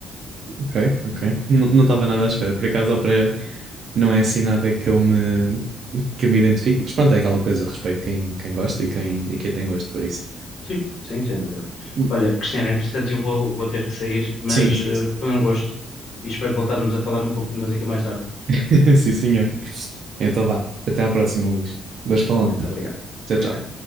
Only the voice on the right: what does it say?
Ok, ok. N- Não estava nada à espera. Por acaso, a Operário não é assim nada que eu me, que eu me identifique, mas pronto, é aquela coisa, respeito quem, quem gosta e quem, e quem tem gosto por isso.
Hum,
Sim, sim,
sim.
<laughs> Sim, senhor. Então vá. Até à próxima, Luís. Vais falando.
Tchau,
tchau.